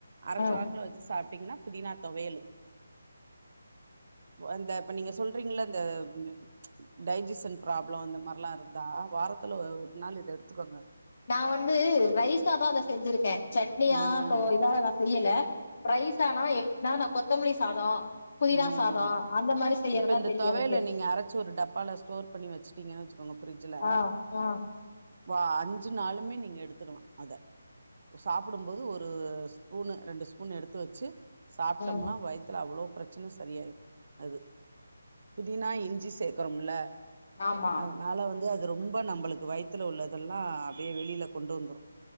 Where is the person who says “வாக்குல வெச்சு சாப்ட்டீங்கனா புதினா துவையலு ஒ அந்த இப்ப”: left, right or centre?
Right